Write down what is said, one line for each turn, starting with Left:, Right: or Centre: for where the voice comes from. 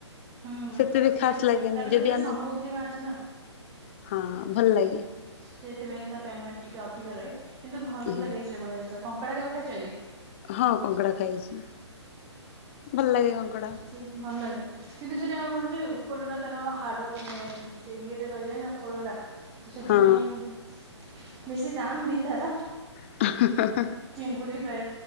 Right: ହୁଁ
Left: ସେତେ
Right: ଆଉ
Left: ବି
Right: ସେଇଟା
Left: ଖାସ ଲାଗେନି
Right: କାରଣ
Left: ଯଦି
Right: ସେଇଟା
Left: ଆମେ,
Right: ସମୁଦ୍ରୀ ମାଛ ନା
Left: ହଁ ଭଲ ଲାଗେ।
Right: ସେଇଥିପାଇଁ ତ ପେମେଣ୍ଟ ଟିକେ ଅଧିକ ରହେ। କିନ୍ତୁ ଭଲ୍
Left: ହୁଁ
Right: ଲାଗେ ସେଗୁଡ଼ା ଜିନିଷ। କଙ୍କଡ଼ା କେବେ ଖାଇଛନ୍ତି?
Left: ହଁ କଙ୍କଡ଼ା ଖାଇଛି। ଭଲ ଲାଗେ କଙ୍କଡ଼ା।
Right: ସେହିଁ ଭଲ ଲାଗେ କିନ୍ତୁ ସେଇଟା କଣ ଯେ ଉପରଟା ତାର ହାଡ଼ ମାନେ ସେ ଇଏଟା ରହିଯାଏ ନା। ଖୋଳଟା। ସେଥିପାଇଁ
Left: ହଁ
Right: ବେଶୀ ଦମ୍ ବି ତାର।
Left: ହନ -ହନ-ହନ।
Right: ଚିଙ୍ଗୁଡ଼ି ଫ୍ରାଏ,